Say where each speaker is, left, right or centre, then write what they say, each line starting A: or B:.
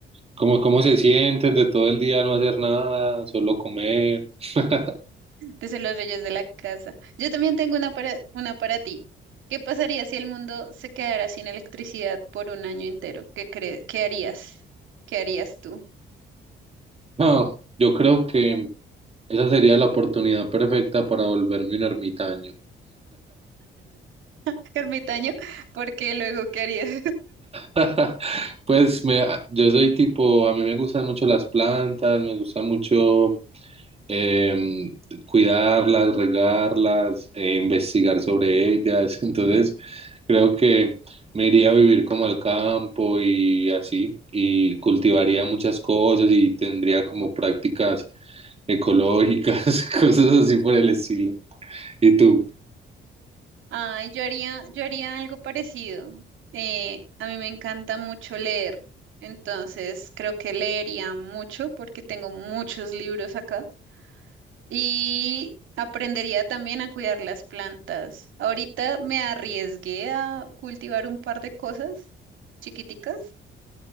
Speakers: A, on the right; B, on the right.
A: como cómo se sienten de todo el día no hacer nada, solo comer. <laughs>
B: desde los reyes de la casa. Yo también tengo una para, una para ti. ¿Qué pasaría si el mundo se quedara sin electricidad por un año entero? ¿Qué crees? ¿Qué harías? ¿Qué harías tú?
A: No, yo creo que esa sería la oportunidad perfecta para volverme un ermitaño.
B: <laughs> Ermitaño, porque luego ¿qué harías?
A: <laughs> Pues me, yo soy tipo, a mí me gustan mucho las plantas, me gusta mucho em, cuidarlas, regarlas, eh, investigar sobre ellas. <laughs> Entonces, creo que me iría a vivir como al campo y así, y cultivaría muchas cosas y tendría como prácticas ecológicas, <laughs> cosas así por el estilo. ¿Y tú?
B: Ay, yo haría, yo haría algo parecido. Eh, a mí me encanta mucho leer, entonces creo que leería mucho porque tengo muchos libros acá y aprendería también a cuidar las plantas. Ahorita me arriesgué a cultivar un par de cosas chiquiticas,